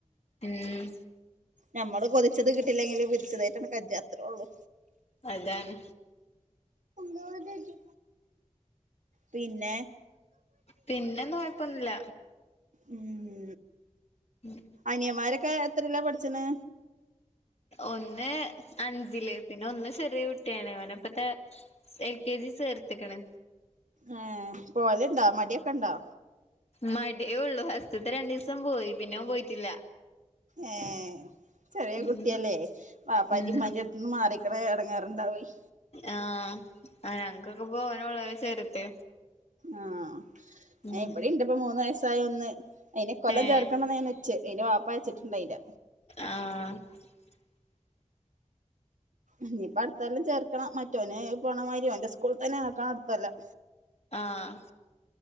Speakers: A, on the left (about 55°); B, on the right (about 80°).
A: ഉം
B: ഞമ്മള് കൊതിച്ചത് കിട്ടില്ലെങ്കില് വിതിച്ചതായിട്ടാണ് കജ്ജ അത്രേ ഉള്ളു
A: അതാണ്
B: തോ ദജ് പിന്നെ
A: പിന്നെന്നും കുഴപ്പൊന്നില്ല
B: ഉം
A: ഉം
B: അനിയമാരൊക്കെ എത്രല്ല പഠിച്ചണ്
A: ഒന്ന് അഞ്ചില് പിന്നെ ഒന്ന് ചെറിയ കു ട്ടിയാണ് ഓന് ഇപ്പത്തെ എൽ കെ ജി സേർത്ത്ക്ക്ണ്
B: ഏഹ് പോല്ണ്ടോ മടിയോക്കെണ്ടോ
A: മടേ ഉള്ളൂ ഫസ്റ്റ്ത്തെ രണ്ടിസം പോയി. പിന്നെഓൻ പോയിട്ടില്ല
B: ഏ ചെറിയ
A: ഉം
B: കുട്ടില്ലേ പാപ്പന്റിം
A: ഉം
B: മ്മന്റിം അടുത്ത്ന്ന് മാറി ഇത്ര എടങ്ങേറുണ്ടാവെയി
A: ആഹ് അ ഞങ്ങക്കൊക്കെപോ ഓനുള്ള ചെറുത്
B: ആഹ്
A: ഉം
B: ഇവിടെ ഇണ്ട്പ്പ മൂന്ന് വയസായ ഒന്ന് അയിനെ ഇകൊല്ലം
A: ഏഹ്
B: ചേർക്കണംമന്ന്ച്ച് അയിന്റെ വാപ്പാ അച്ചിട്ടുണ്ടായില്ല
A: ആഹ് <inaudible>
B: ഇനിപ്പ അടുത്തെല്ലാം ചേർക്കണം മറ്റോന പോണമാതിരി ഓന്റെ സ്കൂളി തന്നെ ആക്കണ അടുത്തല്ലാം
A: ആഹ്